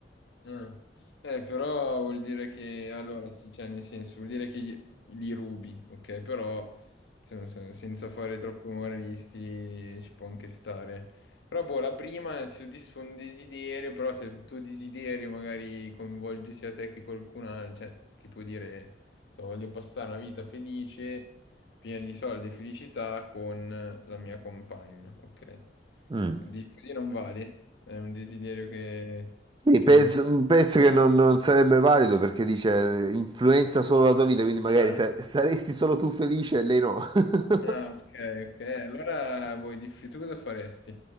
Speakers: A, on the left; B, on the right.
A: Ah. Eh, però vuol dire che, allora sì, cioè nel senso, vuol dire che gli- li rubi, ok? Però se- se- senza fare troppo umoristi ci può anche stare. Però boh, la prima ti soddisfa un desiderio, però se il tuo desiderio magari coinvolge sia te che qualcun altro, cioè ti può dire, so, voglio passare una vita felice, piena di soldi e felicità con la mia compagna, ok?
B: Mm.
A: Cioè, di- Così non vale, è un desiderio che
B: Sì,
A: che
B: penso,
A: non
B: mm, penso che non, non sarebbe valido perché dice eh, influenza solo la tua vita, quindi magari
A: Ah,
B: sa- saresti solo tu felice e lei no. <laughs>
A: ah, ok, ok. Allora vuoi diffi tu cosa faresti?